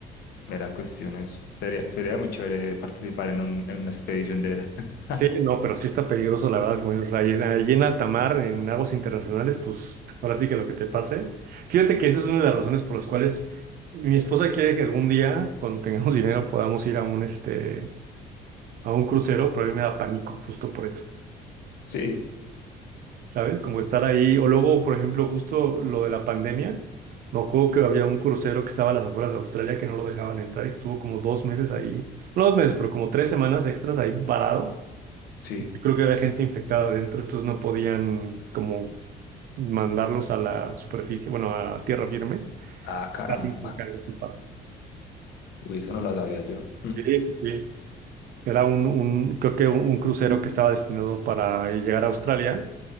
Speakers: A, on the left (about 70°); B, on the right (about 60°).
A: mera cuestión es. Sería, sería muy chévere participar en un, en una expedición de esas. <laughs>
B: Sí, no, pero sí está peligroso, la verdad, como dices, o sea, allí allí en alta mar, en aguas internacionales, pues ahora sí que lo que te pase. Fíjate que esa es una de las razones por las cuales mi esposa quiere que algún día, cuando tengamos dinero, podamos ir a un, este, a un crucero, pero a mí me da pánico, justo por eso.
A: Sí,
B: ¿sabes? Como estar ahí. O luego, por ejemplo, justo lo de la pandemia, me acuerdo que había un crucero que estaba a las afueras de Australia que no lo dejaban entrar y estuvo como dos meses ahí, no dos meses, pero como tres semanas extras ahí varado.
A: sí.
B: Creo que había gente infectada adentro, entonces no podían como mandarlos a la superficie, bueno, a tierra firme.
A: Ah, caramba.
B: Pánico, que algo así pasa.
A: Uy, eso no lo sabía yo. Mm.
B: Sí, sí, sí. Era un, un- creo que un, un crucero que estaba destinado para llegar a Australia